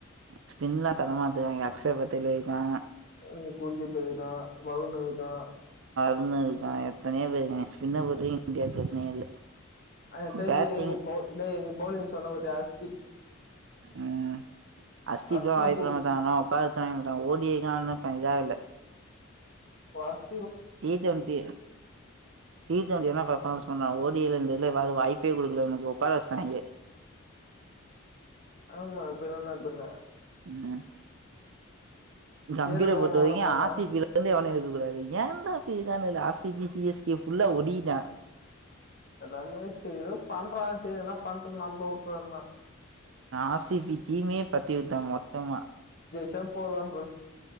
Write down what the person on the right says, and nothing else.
ஸ்பின்லா தரமாத்துறாய்க அக்சர் பத்திலே இருக்கா
வருண் இருக்கான் எத்தனையோ பேரு இருக்காங்க ஸ்பின்ன பொறுத்தவரைக்கும் இந்தியாவுக்கு பிரச்சனயே இல்ல
பேட்டிங்
ம் அஸ்திபா
வாய்ப்பில்ல மச்சா அவனலா உக்கார வச்சாங்க மச்சா ஓடிருக்கானு <unintelligible> இதாகல
டி டுவெண்டி டி டுவெண்டி வேனா பர்பாமன்ஸ் பண்ணலா ஒர் <unintelligible> எதாவது வாய்ப்பே குடுக்கல இவனுக்கு உக்கார வச்டாய்ங்க
ம் கம்பீர
பொறுத்தவரைக்கு
வரைக்கும்
ஆர் சி பில இருந்து எவனு கூடாது ஏன் தா இப்டி இகானுல ஆ C B C S K ஃபுல்லா ஒடியிட்டா
ஆசிபி தீமே பத்திவுத்தா மொத்தமா